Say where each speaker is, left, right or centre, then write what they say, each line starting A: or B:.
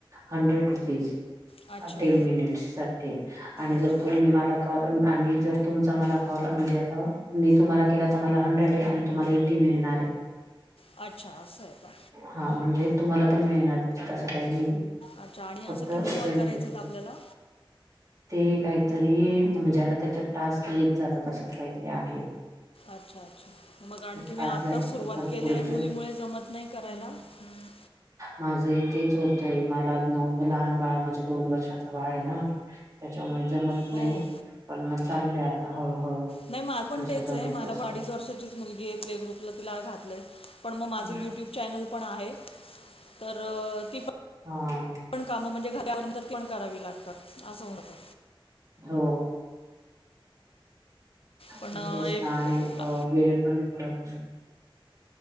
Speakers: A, on the right; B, on the left.
A: हंड्रेड रुपीज.
B: अच्छा
A: टेन मिनिट साठी, आणि
B: अच्छा
A: जर तुम्ही मला आणि जर तुमचा मला कॉल म्हणजे आता, मी तुम्हाला केला तर मला हंड्रेड आहे, तुम्हाला ए टी मिळणार आहे.
B: अच्छा असं आहे का.
A: हा म्हणजे, तुम्हाला पण मिळणार त्याच्यात तसं काही नाही.
B: अच्छा, आणि असं
A: फक्त
B: किती कॉल
A: ट्वेंटीच
B: करायच आहेत आपल्याला?
A: ते काहीतरी, म्हणजे आता त्याच्यात टास्क येत जातात, तसं काहीतरी आहे.
B: अच्छा अच्छा, मग कारण की मी
A: पाच
B: आत्ताच
A: झाले
B: सुरुवात
A: की परत
B: केलीय,
A: पुढचे
B: मुलीमुळे जमत नाही करायला, हम्म
A: माझं इ तेच होतंय, मला लहान बाळ म्हणजे दोन वर्षाचा बाळ आहे ना. त्याच्यामुळे जमत
B: हो
A: नाही,
B: हो
A: पण मग चाललंय आता हळूहळू.
B: नाही माझं पण
A: जसं
B: तेच
A: जमेल
B: आहे, मला
A: तसं
B: अडीच वर्षाचीच मुलगी आहे, प्ले ग्रुपला तिला घातलंय. पण मग माझं
A: हा
B: यूट्यूब चॅनल पण आहे, तर ती पण
A: हां.
B: ण काम म्हणजे घरीवरंतण करावी लागतात, असं होतं.
A: हो.
B: पण
A: म्ह
B: अ,
A: तेच
B: एक
A: ना, आणि अ
B: आ-
A: वेळ पण पुरत